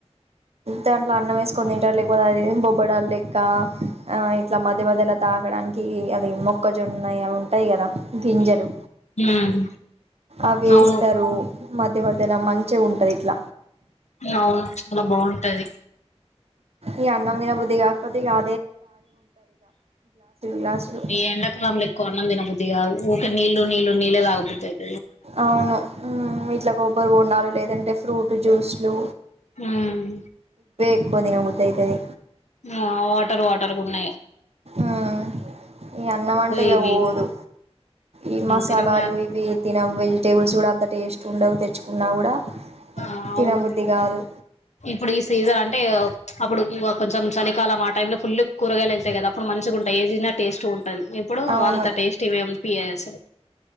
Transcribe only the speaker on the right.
దాంట్లో అన్నం ఏస్కుని తింటారు లేకపోతే అది ఇదని బొబ్ ఉబ్బడా లెక్క ఇట్లా మధ్య మధ్యలా తాగడానికి అది మొక్కజొన్నయి అవి ఉంటాయి కదా గింజలు
అవి వేస్తారు
మధ్య మధ్యలా మంచిగుంటది ట్ల
ఈ అన్నం తినబుద్ధిగాకపోతేదు గా గ్లాసులు
అవును మ్మ్ ఇట్ల కొబ్బరి బొండాలు లేదంటే ఫ్రూట్ జ్యూస్ లు
క్కువ తినబుద్ధైతది
ఆ ఈ అన్నం అంటే ఇక
పోదు ఈ మసాలాలు
ఇవి తినం వెజి టేబుల్స్ కూడా అంత టేస్ట్ ఉండవు తెచ్చుకున్నా కూడా
తినబుద్ధి
కాదు
అవును